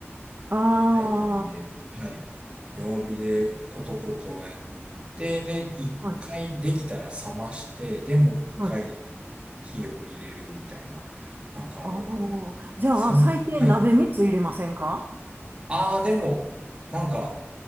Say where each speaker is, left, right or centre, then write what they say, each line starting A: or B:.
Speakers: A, on the right; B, on the right.
A: あ
B: たいなんで、はい。弱火でコトコトやって、で、一回できたら冷まして、
A: あ、はい、
B: で、もう一回
A: はい。
B: 火を入れるみたいな。なんかあの、
A: ああ、じゃあ、
B: 三、
A: 最低鍋3つ入れませんか
B: はい。ああ、でも、なんか、